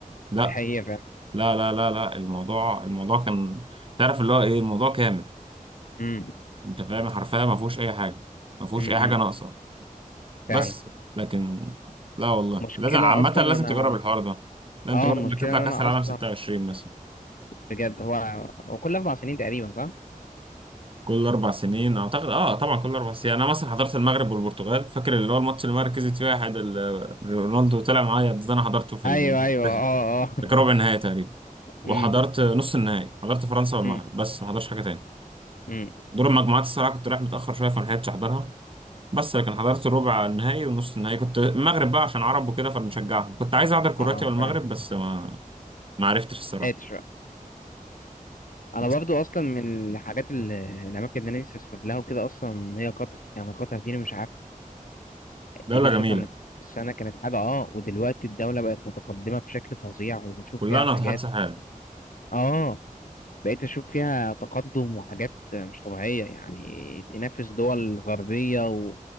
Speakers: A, on the right; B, on the left.
A: لا
B: دي حقيقة فعلا
A: لا لا لا لا الموضوع الموضوع كان تعرف اللي هو ايه الموضوع كامل
B: امم
A: انت فاهم حرفيا ما فيهوش اي حاجه ما فيهوش
B: امم
A: اي حاجه ناقصه
B: فعلا
A: بس لكن لا والله
B: مشكلة
A: لازم عامه
B: اصلا
A: لازم
B: انا
A: تجرب الحوار ده لازم
B: اه
A: تجرب
B: المشكلة
A: انك تطلع
B: ان
A: كاس
B: انا
A: العالم
B: اصلا
A: 26 مثلا
B: بجد هو هو كل اربع سنين تقريبا صح؟
A: كل اربع سنين اعتقد اه طبعا كل اربع سنين انا مثلا حضرت المغرب والبرتغال فاكر اللي هو الماتش اللي مركزت فيها حد ال- رونالدو طلع معايا ده انا حضرته في
B: ايوه
A: ال-
B: ايوه اه اه
A: في ربع النهائي تقريبا
B: امم
A: وحضرت نص النهائي حضرت فرنسا والمغرب
B: امم
A: بس ما حضرتش حاجه تاني
B: امم
A: دور المجموعات الصراحة كنت رايح متأخر شوية فما لحقتش أحضرها بس لكن حضرت الربع النهائي والنص النهائي كنت المغرب بقى عشان عرب وكده فبنشجعهم كنت عايز أحضر كرواتيا
B: اه
A: والمغرب
B: فعلا
A: بس ما ما عرفتش الصراحة
B: قادر انا
A: بس
B: برضو اصلا من الحاجات ال- الاماكن اللي انا نفسي اسافر لها وكده اصلا هي قطر يعني قطر دي أنا مش عارف
A: دولة
B: تيجي تشوفها
A: جميلة
B: من سنة كانت حاجة اه ودلوقتي الدولة بقت متقدمة بشكل فظيع وبشوف
A: كلها
B: فيها
A: ناطحات
B: حاجات
A: سحاب
B: اه بقيت أشوف فيها تقدم وحاجات مش طبيعية يعني تنافس دول غربية و...